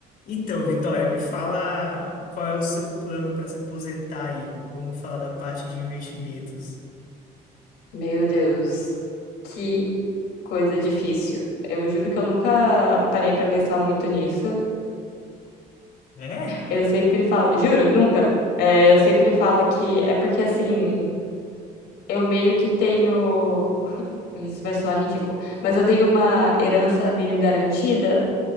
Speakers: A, on the left (about 60°); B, on the left (about 90°).
A: Então, Vitória, me fala qual é o seu plano para se aposentar aí. Vamos falar da parte de investimentos.
B: Meu Deus, que coisa difícil. Eu juro que eu nunca parei pra pensar muito nisso.
A: É?
B: Eu sempre falo, juro, nunca. É, eu sempre falo que é porque assim, eu meio que tenho. Isso vai soar ridículo, mas eu tenho uma herança meio garantida